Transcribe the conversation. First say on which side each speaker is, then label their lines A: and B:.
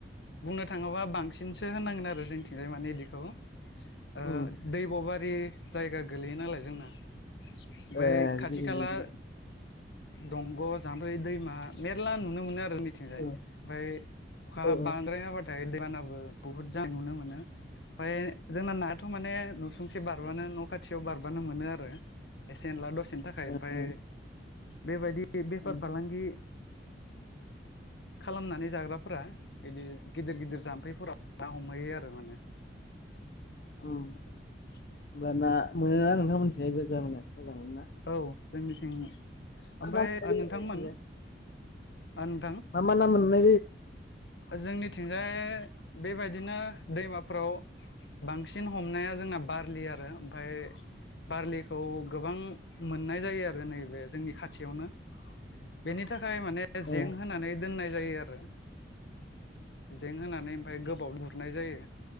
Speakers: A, on the left; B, on the left.
A: बुंनो थाङोबा बांसिनसो होनांगोन आरो जोंथिंजाय माने इदिखौ ओ
B: उम
A: दैब'बारि जायगा गोलैयो नालाय जोंना। ओमफाय
B: ए बिदि
A: खाथि
B: गोलैयोना
A: खाला दंग' जाम्फै दैमा मेरला नुनो मोनो आ जोंनि थिंजाय
B: औ
A: ओमफाय अखा
B: ओ
A: बांद्राय हाबाथाय दैबानाबो बुहुत जा नुनो मोनो। फाय जोंना नायाथ' माने नसुंसे बारबानो न' खाथियाव बारबानो मोनो आरो। एसे एनला दसेनि थाखाय ओमफाय
B: ओ ओ
A: बेबायदि बेफार
B: ओम
A: फालांगि खालामनानै जाग्राफोरा इदि गिदिर गिदिर जामफै फोराव ना हमहैयो आरो माने।
B: औ होमबा ना मोनोना नोंथां मोनथिहायबो <unintelligible> मोजां मोनो ना?
A: औ जोंनिथिं ओमफाय
B: मोननाय
A: ओ
B: जायो
A: नोंथांमोन
B: नोंसिनिजों
A: नोंथां
B: मा मा ना मोननाय जायो?
A: जोंनिथिंजाय बेबायदिनो दैमाफ्राव बांसिन हमनाया जोंना बारलि आरो ओमफाय बारलिखौ गोबां मोननाय जायो आरो नैबे जोंनि खाथियावनो। बेनि थाखाय माने
B: औ
A: जें होनानै दोननाय जायो आरो। जें होनानै ओमफाय गोबाव गुर नाय जायो